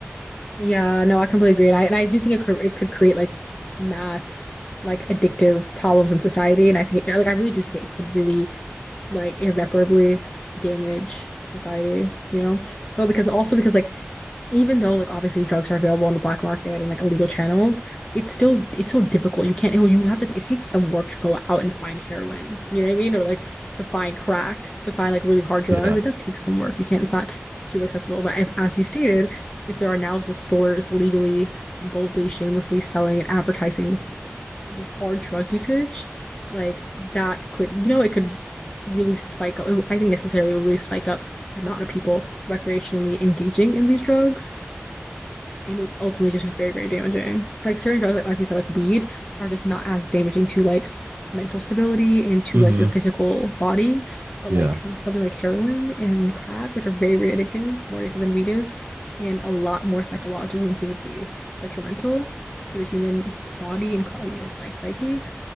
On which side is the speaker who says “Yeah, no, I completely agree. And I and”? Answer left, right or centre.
Left